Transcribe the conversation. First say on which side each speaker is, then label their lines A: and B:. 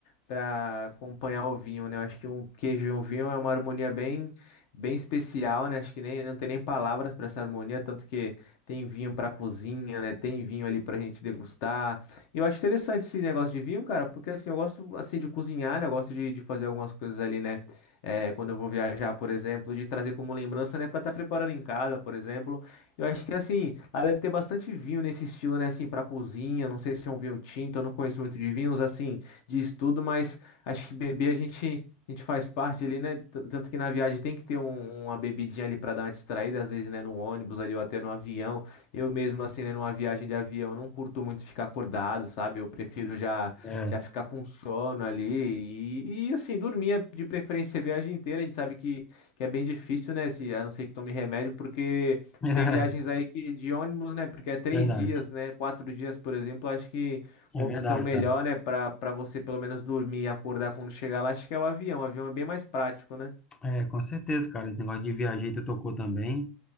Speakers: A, on the left; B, on the left.
A: pra acompanhar o vinho, né, eu acho que um queijo e um vinho é uma harmonia bem, bem especial, né, acho que nem, não tem nem palavras pra essa harmonia, tanto que tem vinho pra cozinha, né, tem vinho ali pra gente degustar, e eu acho interessante esse negócio de vinho, cara, porque assim, eu gosto assim de cozinhar, né? Eu gosto de, de fazer algumas coisas ali, né? É, quando eu vou viajar, por exemplo, de trazer como lembrança, né? Pra estar preparando em casa, por exemplo. Eu acho que assim, lá deve ter bastante vinho nesse estilo, né? Assim, pra cozinha. Não sei se é um vinho tinto, eu não conheço muito de vinhos, assim, de estudo, mas acho que beber a gente. A gente faz parte ali, né? T- Tanto que na viagem tem que ter um- uma bebidinha ali pra dar uma distraída, às vezes, né? No ônibus ali ou até no avião. Eu mesmo, assim, né, numa viagem de avião, não curto muito ficar acordado, sabe? Eu prefiro já,
B: É.
A: já ficar com sono ali e, e, assim, dormir de preferência a viagem inteira. A gente sabe que, que é bem difícil, né? Se, a não ser que tome remédio, porque
B: <laughs>
A: tem viagens aí que, de ônibus, né? Porque é três
B: É verdade,
A: dias, né? Quatro dias, por exemplo, acho que uma
B: é verdade,
A: opção melhor,
B: cara.
A: né? Para para você pelo menos dormir e acordar quando chegar lá, acho que é o avião. O avião é bem mais prático, né?
B: É, com certeza, cara. Esse negócio de viajar que tu tocou também